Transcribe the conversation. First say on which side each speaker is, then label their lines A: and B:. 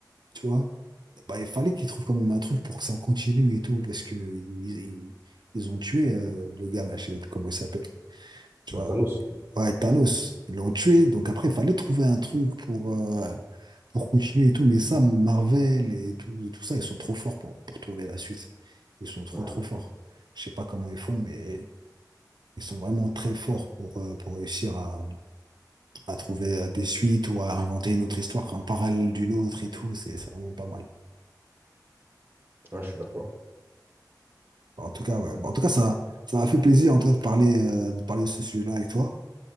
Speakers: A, on the right; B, on the right.
A: tu vois, bah, il fallait qu'ils trouvent quand même un truc pour que ça continue et tout, parce que ils, ils, ils ont tué, euh, le gars, là, je sais plus comment il s'appelle. Tu
B: Ah,
A: vois,
B: Thanos.
A: Ouais, Thanos, ils l'ont tué. Donc après, il fallait trouver un truc pour, euh, pour continuer et tout. Mais ça, Marvel et tout, et tout ça, ils sont trop forts pour, pour trouver la suite. Ils sont trop,
B: Ah,
A: trop forts.
B: ah,
A: Je sais pas comment ils font, mais ils sont vraiment très forts pour, euh, pour réussir à, à trouver euh, des suites ou à inventer une autre histoire en parallèle d'une autre et tout. C'est c'est vraiment pas mal.
B: ouais, je suis d'accord.
A: En tout cas, ouais. Bon, En tout cas, ça, ça m'a fait plaisir en tout cas, de parler, euh, de parler de ce sujet-là avec toi.